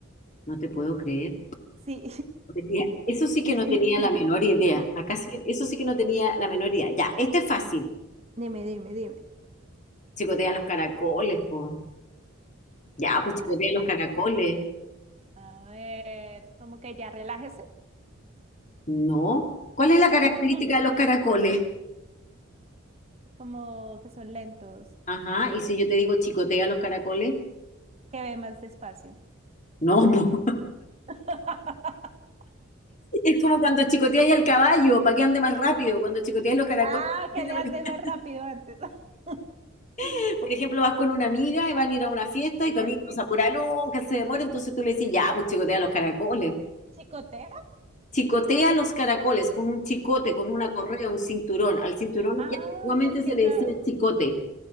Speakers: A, on the left; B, on the right.
A: no te puedo creer.
B: Sí.
A: No tenía- Eso sí
B: <laughs>
A: que no tenía la menor idea. Acá sí que- eso sí que no tenía la menor idea. Ya, este es fácil.
B: Dime, dime, dime.
A: Chicotea los caracoles, po. Ya,
B: Guau.
A: pues chicotea los caracoles.
B: A ver, como que ya relájese,
A: No. ¿Cuál es la
B: <laughs>
A: característica de los caracoles?
B: como que son lentos,
A: Ajá, y si yo te digo chicotea los caracoles,
B: que ve más despacio.
A: no, <laughs> po.
B: <laughs>
A: Es como cuando chicoteáis al caballo para que ande más rápido, cuando chicoteáis los caracoles.
B: Ah,
A: para que
B: que
A: ande
B: le
A: más
B: ande
A: rápido.
B: más rápido antes. <laughs>
A: <laughs> Por ejemplo, vas con una amiga y van a ir a una fiesta y tu
B: Es
A: amiga
B: que
A: no se apura nunca, se demora, entonces tú le decís, ya, pues chicotea los caracoles.
B: chicotea.
A: Chicotea los caracoles con un chicote, con una
B: Ok.
A: correa, un cinturón. Al cinturón
B: Ah,
A: que antiguamente
B: y es que
A: se
B: acá,
A: le decía chicote.